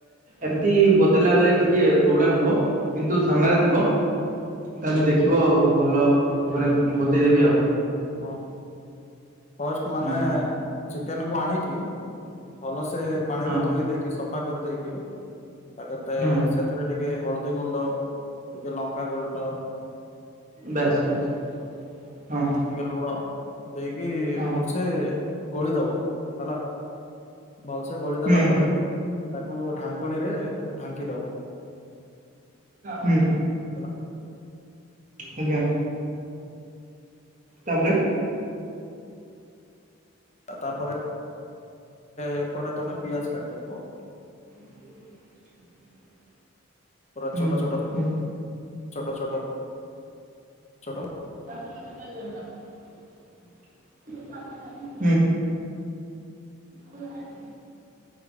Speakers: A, on the right; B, on the left.
A: ଏମିତି ବତେଇଲା ବଲେ ଟିକେ ପ୍ରୋବ୍ଲେମ୍ ହେବ। କିନ୍ତୁ ସାମ୍ନାରେ ଥିବ ତାହେଲେ
B: ହୁଁ
A: ଦେଖିବ ବହୁତ ଭଲ ଭାବରେ ବତେଇଦେବି ଆଉ।
B: ଓହୋ ପଷ୍ଟ ମାନେ
A: ହୁଁ
B: ଚିକେନ କୁ ଆଣିକି ଭଲସେ ପାଣି
A: ହଁ
B: ରେ ଧୋଇ ଦେଇକି ସଫା କରିଦେଇକି ଆ ତତେ
A: ହଁ
B: ସେଥିରେ ଟିକେ ହଳଦୀ ଗୁଣ୍ଡ ଟିକେ ଲଙ୍କା ଗୁଲଣ୍ଡ
A: ବେଶ ବେଶ ହଁ।
B: ଟିକେ ଲୁଣ ଦେଇକି
A: ହଁ
B: ଭଲସେ ଗୋଳେଇଦବ ହେଲା। ଭଲସେ ଗୋଳେଇଦେଲା
A: ହୁଁ
B: ପରେ ତାକୁ ଢାଙ୍କୁଣୀରେ ଢାଙ୍କି ଦବ।
A: ହୁଁ।
B: ହେଲା
A: ଆଜ୍ଞା। ତାପରେ
B: ଆ ତାପରେ ଏପଟେ ତମେ ପିଆଜ କାଟିଦବ।
A: <inaudible>
B: ପୁରା
A: ହୁଁ
B: ଛୋଟ ଛୋଟ
A: ହୁଁ
B: ଛୋଟ ଛୋଟ ଛୋଟ
A: <unintelligible> ହୁଁ।